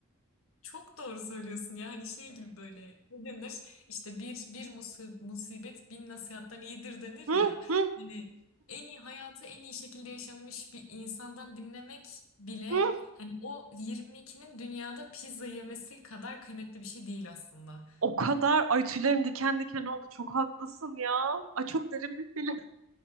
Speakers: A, on the left (about 75°); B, on the right (about 75°).
A: Çok doğru söylüyorsun ya hani şey gibi böyle ne denir işte bir bir musi- musibet bin nasihattan iyidir denir
B: Hı
A: ya
B: hı
A: hani en iyi hayatı en iyi şekilde yaşamış bir insandan dinlemek bile
B: hı.
A: hani o 22'nin dünyada pizza yemesi kadar kıymetli bir şey değil aslında.
B: O kadar ay tüylerim diken diken oldu. Çok haklısın ya. Ay çok derin bir film.